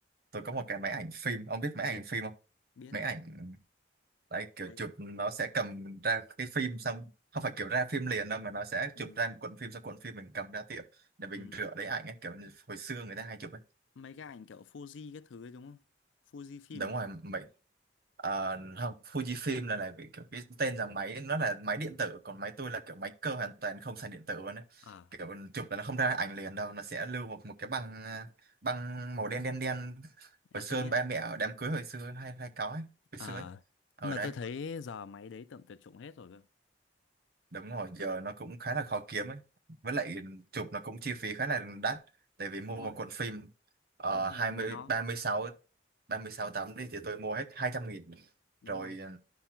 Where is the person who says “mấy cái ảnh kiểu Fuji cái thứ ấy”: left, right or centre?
Left